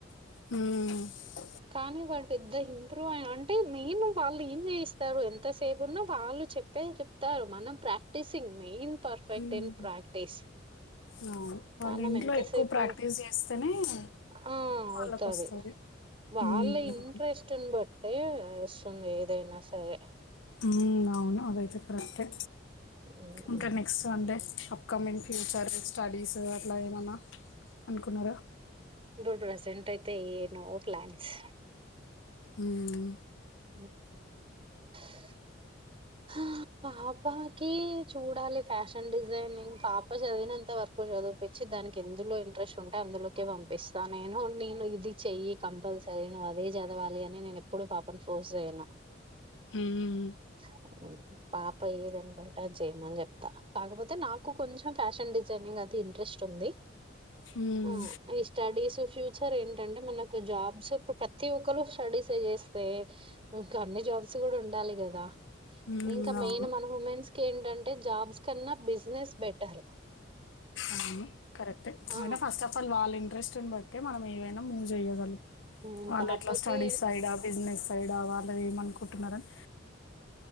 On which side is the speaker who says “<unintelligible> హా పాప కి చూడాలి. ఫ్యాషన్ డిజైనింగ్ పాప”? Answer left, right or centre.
Right